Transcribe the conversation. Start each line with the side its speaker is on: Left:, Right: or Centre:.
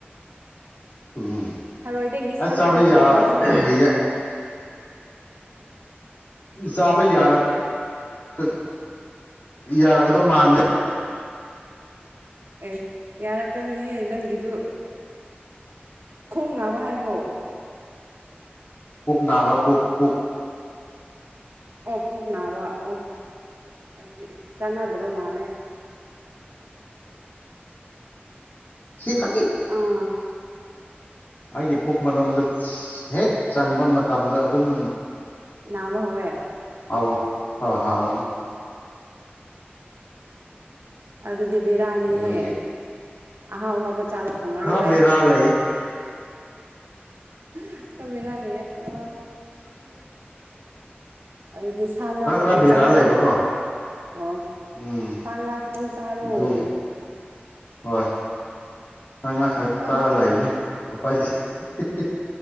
Left: ꯎꯝ
Right: ꯊꯔꯣꯏꯗꯒꯤꯗꯤ
Left: ꯑꯁ
Right: ꯁꯥ
Left: ꯆꯥꯕ
Right: ꯉꯥꯅ
Left: ꯌꯥ
Right: ꯍꯥꯎꯕꯅꯦꯍꯦ
Left: ꯌꯦ ꯆꯥꯕ ꯌꯥꯔ ꯑ ꯌꯥꯔꯒꯗꯧꯃꯥꯟꯗꯦ
Right: ꯑꯦ ꯌꯥꯔꯛꯀꯅꯤꯍꯦ ꯅꯪꯒꯤꯗꯨ ꯈꯣꯡ ꯅꯥꯕ ꯍꯥꯏꯕ꯭ꯔꯣ
Left: ꯄꯨꯛ ꯅꯥꯕ ꯄꯨꯛ ꯄꯨꯛ
Right: ꯑꯣ ꯄꯨꯛ ꯅꯥꯕ ꯑꯣ ꯑꯗꯨꯗꯤ ꯆꯥꯟꯅꯗꯕ ꯃꯥꯜꯂꯦ <inaudible>
Left: ꯁꯤ ꯈꯇꯤ
Right: ꯑꯥ
Left: ꯑꯩꯒꯤ ꯄꯨꯛ ꯃꯅꯨꯡꯗ ꯍꯦꯛ ꯆꯪꯕ ꯃꯇꯝꯗ ꯑꯗꯨꯝ
Right: ꯅꯥꯕ ꯍꯧꯋꯦ
Left: ꯍꯥꯎꯋꯤ ꯑꯥ ꯍꯥꯎꯅꯤ
Right: ꯑꯗꯨꯗꯤ ꯕꯤꯔꯥꯅꯤꯍꯦ
Left: ꯑꯗꯨꯒꯤ
Right: ꯑꯍꯥꯎ ꯑꯍꯥꯎꯕ ꯆꯥꯕ ꯐꯪꯉꯔꯣꯏ
Left: ꯈꯔ ꯕꯦꯔꯥ ꯂꯩ
Right: ꯍꯥ ꯍꯥ ꯄꯣꯔꯥ ꯕꯤꯔꯥꯅꯤꯍꯦ ꯑꯣ ꯑꯗꯨꯗꯤ ꯁꯥ ꯉꯥ
Left: ꯈꯔ
Right: ꯈꯛꯇꯪ
Left: ꯈꯔ ꯕꯦꯔꯥ
Right: ꯆꯥꯔꯣ
Left: ꯂꯩꯕꯀꯣ
Right: ꯑꯣ
Left: ꯎꯝ
Right: ꯁꯥ ꯉꯥ ꯈꯛꯇꯪ ꯆꯥꯔꯣ
Left: ꯑꯗꯨꯒꯤ ꯍꯣꯏ ꯁꯥ ꯉꯥ ꯈꯛ
Right: ꯅꯪ
Left: ꯆꯥꯔꯥ ꯂꯩꯕꯅꯤ ꯎꯄꯥꯏ ꯂꯩ ꯍꯤꯍꯤ